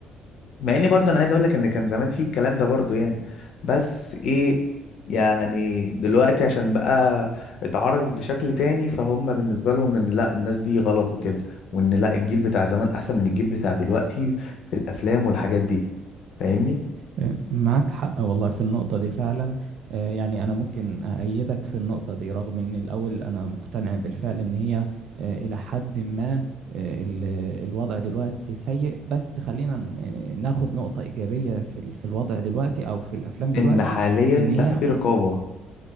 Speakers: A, on the left; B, on the right.
A: مع اني برضه انا عايز اقول لك ان كان زمان في الكلام ده برضه يعني بس ايه يعني دلوقتي عشان بقى اتعرض بشكل تاني فهم بالنسبة لهم ان لا الناس دي غلط وكده وان لا الجيل بتاع زمان احسن من الجيل بتاع دلوقتي في الافلام والحاجات دي فاهمني
B: آه، معاك حق والله في النقطة دي فعلا آه، يعني أنا ممكن أأيدك في النقطة دي رغم إن الأول أنا مقتنع بالفعل إن هي آه، إلى حد ما آه، ال- الوضع دلوقتي سيء بس خلينا ن- ناخد نقطة إيجابية في ال- في الوضع دلوقتي أو في الأفلام دلوقتي
A: ان حاليا
B: إن هي
A: بقى في رقابة